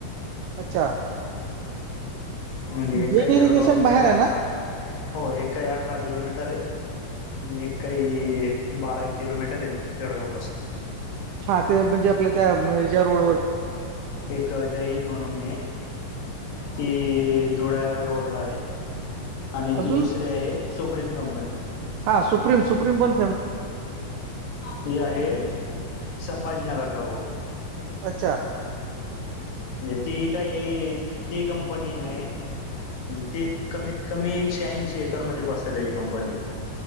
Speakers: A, on the right (about 75°); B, on the left (about 80°).
A: अच्छा,
B: म्हणजे एक
A: जेन
B: काय
A: इरिगेशन
B: जळगावरून
A: बाहेर
B: काय
A: आहे
B: अठरा
A: ना?
B: हो, एक काही अठरा किलोमीटर आहे. म एक काही बारा एक किलोमीटर येते जळगावपसून
A: हा ते म्हणजे आपल्या त्या ज्या रोड
B: एक जैन म्हणून ती धुळ्या रोड ला आहे आणि
A: अजून
B: जी दुसरी आहे सुप्र्रीम कंपनी
A: हा सुप्रीम सुप्रीम बन
B: ते आहे. संभाजीनगरला रोड
A: अच्छा,
B: म्हणजे ती काही ती कंपनी आहे. म्हणजे ती कमीत कमी एकशे ऐंशी एकरमध्ये पसरलेली कंपनी आहे.